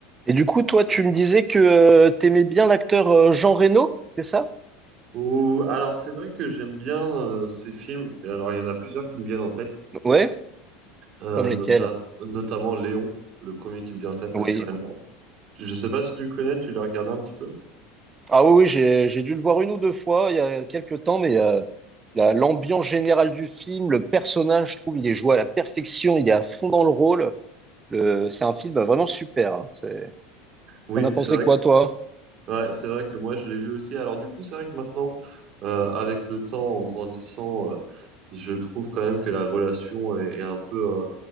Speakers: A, on the right; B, on the right.
A: Et du coup, toi, tu me disais que euh, t'aimais bien l'acteur euh, Jean Reno, c'est ça?
B: Ou- alors, c'est vrai que j'aime bien euh, ces films. Et alors, il y en a plusieurs qui me viennent en tête,
A: Ouais,
B: euh,
A: comme lesquels?
B: nota- notamment Léon, le premier qui me vient en tête naturellement.
A: Oui.
B: Je ne sais pas si tu le connais, tu l'as regardé un petit peu?
A: Ah oui, oui, j'ai j'ai dû le voir une ou deux fois il y a quelques temps, mais euh, la- l'ambiance générale du film, le personnage, je trouve, il est joué à la perfection, il est à fond dans le rôle. Le, c'est un film vraiment super. hein. C'est-
B: Oui,
A: T'en as pensé
B: c'est vrai
A: quoi,
B: que,
A: toi?
B: ouais, c'est vrai que moi, je l'ai vu aussi. Alors, du coup, c'est vrai que maintenant, euh, avec le temps, en grandissant, euh, je trouve quand même que la relation est, est un peu, euh,